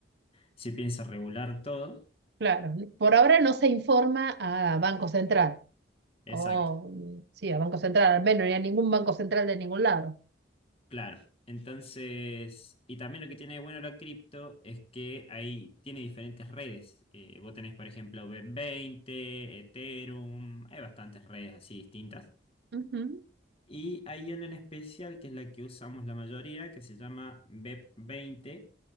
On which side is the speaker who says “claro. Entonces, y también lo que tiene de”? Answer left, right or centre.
Left